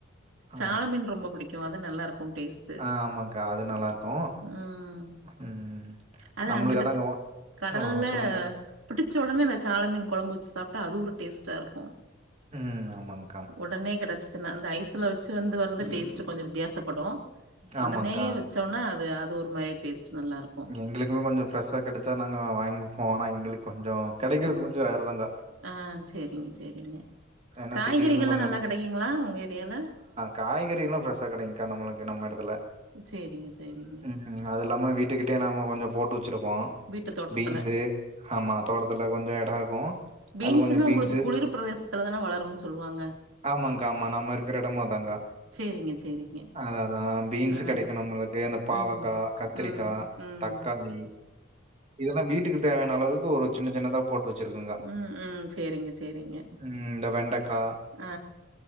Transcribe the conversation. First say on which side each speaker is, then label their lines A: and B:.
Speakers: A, on the right; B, on the right.
A: ஆ
B: சால மீன் ரொம்ப புடிக்கு அது நல்லாருக்கு உங் டேஸ்ட்
A: ஆ ஆமாக்கா அது நல்லாருக்கு
B: ம்
A: ம்
B: அது
A: நம்மளுக்கு
B: அங்குட்டு
A: அதாங்க வா-
B: கடல்ல
A: ஆ சொல்லுங்க.
B: புடிச்ச ஒடனே இந்த சாள மீன் கொழம்பு வச்சு சாப்பிட்டா அது ஒரு டேஸ்டாருக்கு
A: ம் ஆமாங்
B: ஒடனே கெடைச்சதுன்னா இந்த ஐஸ்ல வச்சு வந்து வர்றது டேஸ்ட்டு கொஞ்சோ வித்தியாசப்படு
A: ஆமாங்க.
B: ஒடனே வச்சோன்னா அது அது ஒரு மாரி டேஸ்ட் நல்லாருக்கு
A: எங்களுக்குமே கொஞ்சோ ஃப்ரெஷா கெடச்சா நாங்க வாங்கிப்போ ஆனா எங்களுக்கு கொஞ்சோ கெடைக்கிறது கொஞ்சோ ரேர்தாங்கா
B: ஆ சேரிங்க சேரிங்க
A: ஏன்னா
B: காய்கறிகள்லா
A: சிட்டிலருந்து
B: நல்லா கெடைக்குங்களா உங்க ஏரியால
A: காய்கறியெல்லா ஃப்ரெஷ்ஷா கொடைக்குங்கா நம்மளுக்கு நம்ம எடத்துல
B: சேரிங்க சேரிங்க
A: ம் ம் அது இல்லாம வீட்டுக்கிட்டே நாம கொஞ்சோ போட்டு வச்சுருப்போ
B: வீட்டு தோட்டத்துல.
A: பீன்ஸு ஆ மாதோட்டத்துல கொஞ்சோ எடோருக்கு
B: பீன்ஸ்ன்னா
A: அதுல கொஞ்சோ பீன்ஸு
B: உங்களுக்கு குளிர் பிரதேசத்துல தான வளருன்னு சொல்லுவாங்க
A: ஆமாங்கா ஆமா நாம இருக்கற எடமு அதாங்கா
B: சேரிங்க, சேரிங்க.
A: அதா அதா பீன்ஸ்
B: ஆ
A: கெடைக்கு நம்மளுக்கு இந்தப் பாவக்கா
B: ம்.
A: கத்திரிக்கா
B: ம், ம், ம்,
A: தக்காளி இதெல்லா வீட்டுக்கு தேவையான அளவுக்கு ஒரு சின்ன சின்னதா போட்டு வச்சிருக்கோங்கா
B: ம் ம் சேரிங்க சேரிங்க
A: ம் இந்த வெண்டக்கா
B: அ